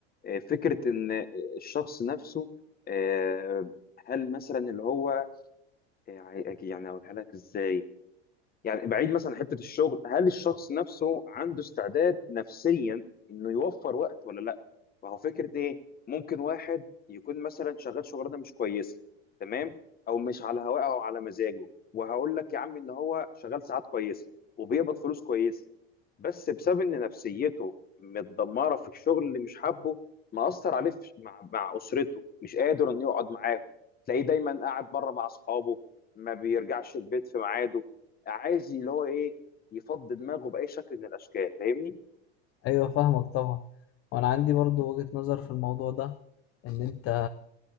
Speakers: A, on the left; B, on the left.
A: آه، فكرة إن آه، الشخص نفسه آه، هل مثلا اللي هو آه، يعني أقولها لك إزاي يعني بعيد مثلا عن حته الشغل هل الشخص نفسه عنده استعداد نفسيا انه يوفر وقت ولا لا ما هو فكره ايه ممكن واحد يكون مثلا شغال شغلانه مش كويسه تمام او مش على هواه او على مزاجه وهقول لك يا عم ان هو شغال ساعات كويسه وبيقبض فلوس كويسه بس بسبب ان نفسيته متدمره في الشغل اللي مش حابه مأثر عليه في- مع مع اسرته مش قادر انه يقعد معاهم تلاقيه دايما قاعد بره مع اصحابه ما بيرجعش البيت في ميعاده عايز اللي هو ايه يفضي دماغه باي شكل من الاشكال فاهمني
B: ايوه فاهمك طبعا وانا عندي برضو وجهة نظر في الموضوع ده ان انت